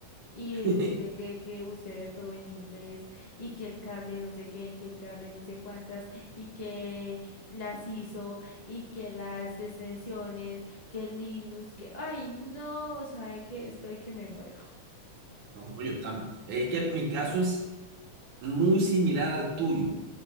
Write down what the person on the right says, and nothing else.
<laughs>
No, yo tam- Es que mi caso es muy similar al tuyo.